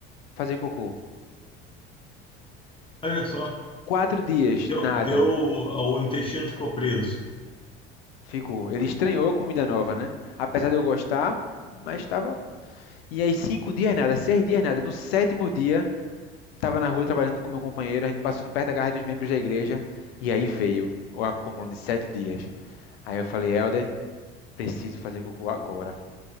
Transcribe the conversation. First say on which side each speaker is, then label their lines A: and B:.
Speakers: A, on the left; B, on the left.
A: fazer cocô.
B: Olha só,
A: Quatro dias,
B: deu,
A: nada.
B: deu, o intestino ficou preso.
A: Ficou. Ele estranhou a comida nova, né? Apesar de eu gostar, mas estava. E aí, cinco dias nada, seis dias nada. No sétimo dia, estava na rua trabalhando com meu companheiro, a gente passando perto da garra dos membros da igreja, e aí veio o acúmulo de sete dias. Aí eu falei, Helder, preciso fazer cocô agora.